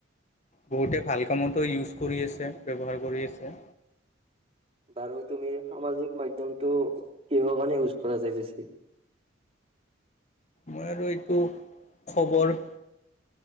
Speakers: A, on the left; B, on the right.
A: বহুতে ভাল কামতো ইউজ কৰি আছে, ব্যৱহাৰ কৰি আছে।
B: বাৰু তুমি সামাজিক মাধ্যম টো কিহৰ কাৰণে ইউজ কৰা যায় বেছি।
A: মই আৰু এইটো খবৰ